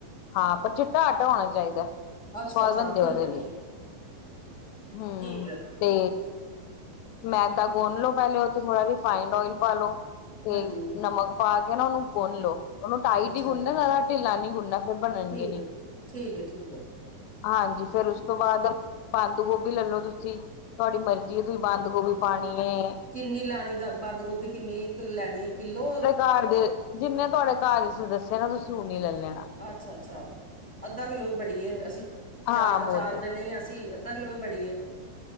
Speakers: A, on the left; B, in the centre.
A: ਹਾਂ, ਪਰ ਚਿੱਟਾ ਆਟਾ ਹੋਣਾ ਚਾਹੀਦਾ,
B: ਅੱਛਾ
A: ਸਵਾਦ
B: ਅੱਛਾ
A: ਬਣਦੇ
B: ਠੀਕ
A: ਉਹਦੇ
B: ਹੈ
A: ਵੀ
B: ਠੀਕ
A: ਹੂ
B: ਠੀਕ ਹੈ
A: ਤੇ ਮੈਦਾ ਗੁੰਨ ਲਓ, ਪਹਿਲੇ ਉਹਦੇ ਥੋੜ੍ਹਾ ਰਿਫਾਈੰਡ ਓਇਲ, ਪਾ ਲਉ। ਤੇ
B: ਹਾਂਜੀ
A: ਨਮਕ ਪਾ ਕੇ ਨਾ ਉਹਨੂੰ ਗੁੰਨ ਲਓ। ਉਹਨੂੰ ਟਾਈਟ
B: ਅੱਛਾ
A: ਹੀ ਗੁੰਨਨਾ
B: ਅੱਛਾ
A: ਜ਼ਿਆਦਾ, ਢਿੱਲਾ ਨੀ ਗੁੰਨਾ ਬਣਨਗੇ
B: ਠੀਕ
A: ਨਈ।
B: ਹੈ ਠੀਕ ਹੈ ਠੀਕ ਹੈ
A: ਹਾਂਜੀ, ਫੇਰ ਉਸ ਤੋਂ ਬਾਅਦ ਬੰਦ ਗੋਭੀ ਲੈ ਲੋ ਤੁਸੀਂ। ਤੁਹਾਡੀ ਮਰਜ਼ੀ ਏ ਤੁਸੀਂ ਬੰਦ ਗੋਭੀ ਪਾਣੀ ਹੈ।
B: ਕਿੰਨੀ ਲੈਣੀ ਬੰਦ ਗੋਭੀ, ਕਿੰਨੀ ਕ ਲੈਣੀ ਹੈ ਕਿੱਲੋ
A: ਕਾਰ ਗ ਜਿੰਨੇ ਤੁਹਾਡੇ ਘਰ ਦੇ ਸਦੱਸਿਆ ਨਾ ਤੁਸੀਂ ਓਨੀ ਲੈ ਲੈਣਾ।
B: ਅੱਛਾ- ਅੱਛਾ। ਅੱਧਾ ਕਿਲੋ ਵੀ ਬੜੀ ਏ, ਅਸੀਂ ਚਾਰ
A: ਹਾਂ ਬਹੁਤ
B: -ਚਾਰ ਜਣੇ ਅਸੀਂ। ਅੱਧਾ ਕਿੱਲੋ ਵੀ ਬੜੀ ਦੀਏ